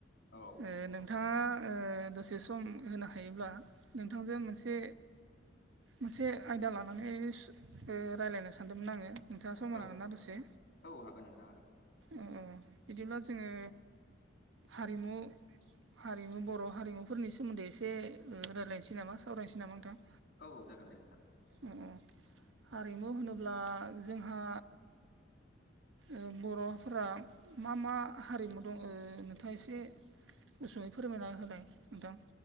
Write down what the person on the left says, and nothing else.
औ
औ
औ हागोन नोंथां हागोन।
औ औ जागोन दे नोंथां।